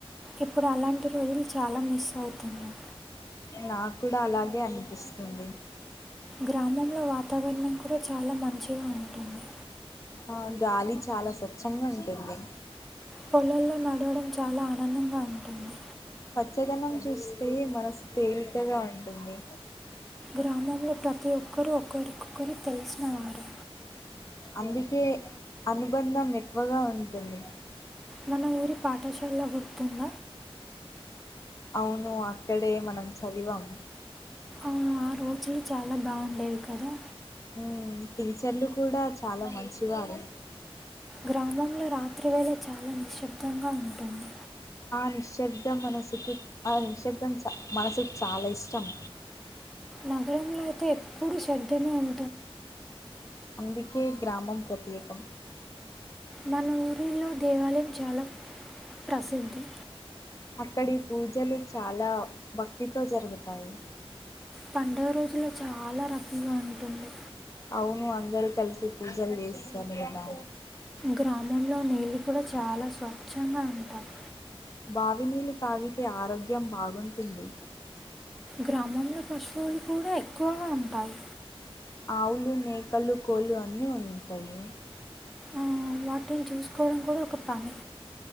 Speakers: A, in the centre; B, on the left.
A: ఇప్పుడు అలాంటి రోజులు చాలా మిస్ అవుతున్నాయి
B: నా కూడా అలాగే అనిపిస్తుంది
A: గ్రామంలో వాతావరణం కూడా చాలా మంచిగా ఉంటుంది
B: ఆ గాలి చాలా స్వచ్ఛంగా ఉంటుంది
A: పొలల్లో నడవడం చాలా ఆనందంగా ఉంటుంది
B: పచ్చదనం చూస్తే మనసు తేలికగా ఉంటుంది
A: గ్రామంలో ప్రతి ఒక్కరుూ ఒకరికొకరు తెలిసినవారు
B: అందుకే అనుబంధం ఎక్కువగా ఉంటుంది
A: మన ఊరి పాఠశాలలో గుర్తుంద
B: అవును అక్కడే మనం చదివాం
A: ఆ ఆ రోజులు చాలా బాగుండేవి కదా
B: ఉమ్ టీచర్లు కూడా చాలా మంచివారు
A: గ్రామంలో రాత్రి వేళ చాలా నిశ్శబ్దంగా ఉంటుంది
B: ఆ నిశ్శబ్దం మనసుకు ఆ నిశ్శబ్దం చ మనసుకి చాలా ఇష్టం
A: నగరంలో అయితే ఎప్పుడూ శబ్దమే ఉం
B: అందుకే గ్రామం ప్రత్యేకం
A: మన ఊరిలో దేవాలయం చాలా ప్రసిద్ధి
B: అక్కడి పూజలు చాలా భక్తితో జరుగుతాయి
A: పండుగ రోజుల్లో చాలా రద్దీగా ఉంటుంది
B: అవును అందరు కలిసి పూజలు చేస్తాము కదా
A: గ్రామంలో నీళ్ళు కూడా చాలా స్వచ్ఛంగా ఉంటారు
B: బావినీళ్లు తాగితే ఆరోగ్యం బాగుంటుంది
A: గ్రామంలో పశువులు కూడా ఎక్కువగా ఉంటాయి
B: ఆవులు మేకలు కోళ్ళు అన్నీ ఉంటాయి
A: ఉమ్ వాటిని చూసుకోవడం కూడా ఒక పని